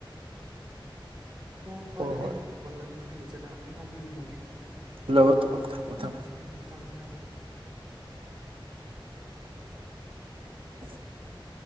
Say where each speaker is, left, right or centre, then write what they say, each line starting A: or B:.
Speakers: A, on the right; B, on the right.
A: ꯍ ꯐꯔꯦ
B: ꯍꯣꯏ ꯍꯣꯏ
A: ꯑꯏ ꯃꯒꯟꯒꯦ ꯀꯦꯂꯤ ꯆꯅꯥꯝꯇ ꯉꯥꯎꯤꯒꯦ ꯃꯣꯏꯒꯤ
B: ꯂꯧꯔꯣ ꯂꯧꯔꯣ ꯊꯝꯃꯣ ꯊꯝꯃꯣ
A: ꯎꯝ ꯊꯃꯦ ꯊꯝꯃꯦ
B: <inaudible>